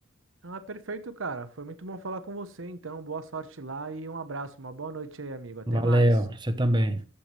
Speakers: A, on the right; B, on the right.
A: Ah, perfeito, cara. Foi muito bom falar com você, então. Boa sorte lá e um abraço, uma boa noite aí, amigo. Até
B: Valeu,
A: mais.
B: você também.